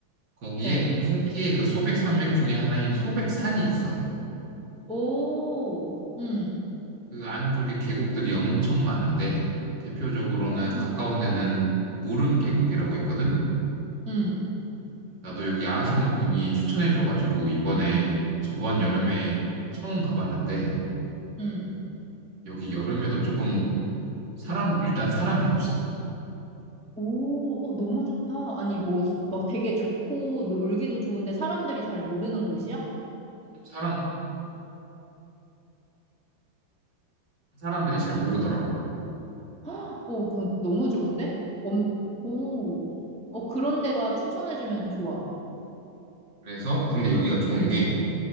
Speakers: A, in the centre; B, on the right (about 65°).
A: <laughs>
B: 거기에
A: 어,
B: 풍기의 그 소백산맥 중에 하나인 소백산이 있어.
A: 오, 응,
B: 그 안쪽에 계곡들이 엄청 많은데 대표적으로는
A: 어,
B: 가까운 데는 무릉 계곡이라고 있거든.
A: 응,
B: 나도 여기 아시는 분이 추천해줘가지고 이번에 저번
A: 응,
B: 여름에 처음 가봤는데
A: 응.
B: 여기 여름에도 조금 사람 일단 사람이 없어.
A: 오, 어, 너무 좋다. 아니, 뭐, 막 되게 좋고 놀기도 좋은데 사람들이 잘 모르는 곳이야?
B: 사람 사람들이 잘 모르더라고.
A: 헉, 오, 그 너무 좋은데? 엄, 오, 어, 그런 데가 추천해주면 좋아.
B: 그래서 근데 여기가 좋은 게